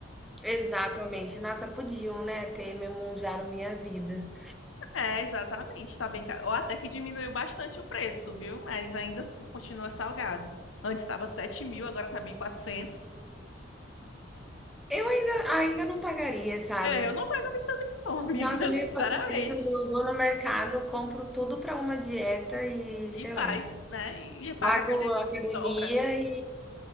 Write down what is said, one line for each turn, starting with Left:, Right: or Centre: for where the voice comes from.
Centre: Exatamente. Nossa, podiam, né, ter memonjado minha vida.
Left: É, exatamente, tá bem caro. Ou até que diminuiu bastante o preço, viu? Mas ainda assim continua salgado. Antes estava sete mil, agora tá 1.400.
Centre: Eu ainda ainda não pagaria, sabe.
Left: É, eu não pagaria também não, <laughs> amiga,
Centre: Nossa, 1.400
Left: sinceramente.
Centre: eu vou no mercado, compro tudo para uma dieta e,
Left: E
Centre: sei
Left: faz,
Centre: lá,
Left: né? E, e paga
Centre: pago
Left: a academia
Centre: a academia
Left: que sobra.
Centre: e